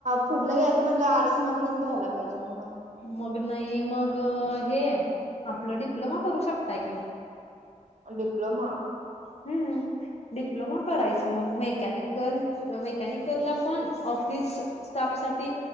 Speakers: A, on the right; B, on the left.
A: पुढनं घ्यायचं म्हणलं, आर्ट्स मधनच घ्यायला पाहिजे मग मला.
B: मग नाही, मग हे आपलं डिप्लोमा करू शकताय की.
A: डिप्लोमा
B: हं. डिप्लोमा करायचं मग मेकॅनिकल मेकॅनिकलला पण ऑफिस स्टाफ साठी